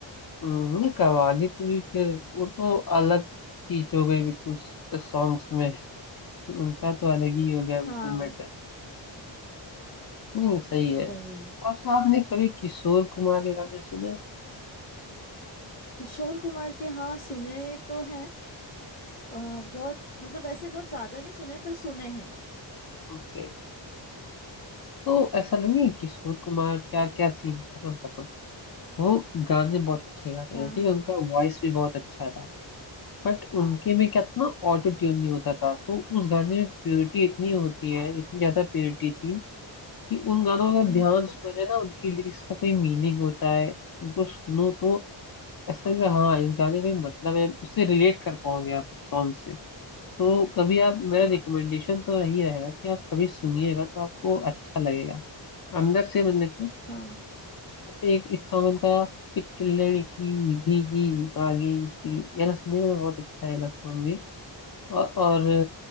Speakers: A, on the left; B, on the left.
A: हम्म, नहीं कवाली तो भी फिर वो तो अलग चीज हो गई बिल्कुल सॉन्ग्स में उनका तो अलग ही हो गया बिल्कुल
B: हाँ
A: मैटर नहीं सही है
B: वही
A: अच्छा आपने कभी किशोर कुमार के गाने सुने
B: किशोर कुमार के हाँ सुने तो हैं अ, बहुत मतलब ऐसे बहुत ज्यादा नहीं सुने पर सुने हैं
A: ओके तो ऐसा लगे किशोर कुमार क्या क्या सीन था मैं बताता हूँ वो गाने बहुत अच्छे गाते
B: हाँ
A: थे ठीक है उनका वॉइस भी बहुत अच्छा था बट उनके में क्या था ना ऑटो ट्यून नहीं होता था तो उस गाने में प्योरिटी इतनी होती है इतनी ज्यादा प्योरिटी थी कि उन गानों
B: हम्म
A: का
B: हम्म,
A: ध्यान सुना जाए ना उनकी लिरिक्स का कोई मीनिंग होता है उनको सुनो तो ऐसा लगेगा हाँ इस गाने का कोई मतलब है उससे रिलेट कर पाओगे आप उस सॉन्ग से तो कभी आप मेरा रिकमेंडेशन तो यही रहेगा कि आप कभी सुनिएगा तो आपको अच्छा लगेगा अंदर से मतलब कि
B: हाँ
A: जैसे एक इस सॉन्ग उनका एक लड़की भीगी भागी सी ये वाला सुनिएगा बहुत अच्छा है ये वाला सॉन्ग भी और, और